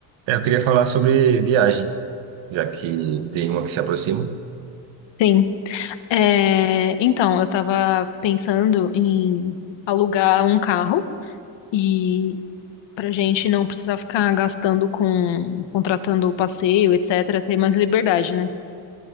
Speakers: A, on the right; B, on the left.
A: É, eu queria falar sobre viagem, já que tem uma que se aproxima.
B: Sim. É, então, eu tava pensando em alugar um carro e pra gente não precisar ficar gastando com contratando o passeio, etc, ter mais liberdade, né?